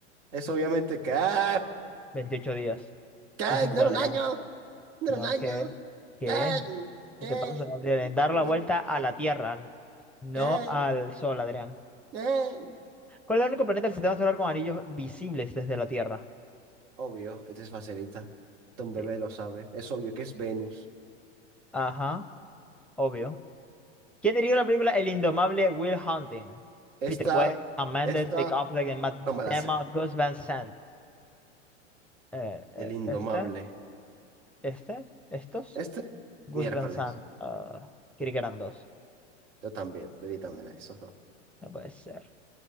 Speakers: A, on the right; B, in the centre.
A: Es obviamente que. ¡Ah!
B: 28 días.
A: ¿Qué?
B: Lo siento,
A: ¿No era
B: Adrián.
A: un año? ¿No
B: No,
A: era un año?
B: ¿qué? ¿Qué?
A: ¿Qué? ¿Qué?
B: ¿Qué te pasa, Gabriel? Dar
A: ¿Qué?
B: la vuelta a la Tierra, no
A: ¿Qué?
B: al Sol, Adrián.
A: ¿Qué?
B: ¿Cuál es el único planeta del sistema solar con anillos visibles desde la Tierra?
A: Obvio, esta es facilita. Don Bebé
B: Sí.
A: lo sabe. Es obvio que es Venus.
B: Ajá, obvio. ¿Quién dirigió la película El indomable Will Hunting?
A: Esta,
B: Peter Weir, Sam Mendes,
A: esta,
B: Big Affleck, y Matt Damon,
A: no me la sé.
B: Gus Van Sant. Eh, eh,
A: El indomable.
B: ¿este? ¿Este? ¿Estos?
A: Este, miércoles.
B: Gus Van Sant. ah, creí que eran dos.
A: Yo también, de vitamina eso. ¿no?
B: No puede ser.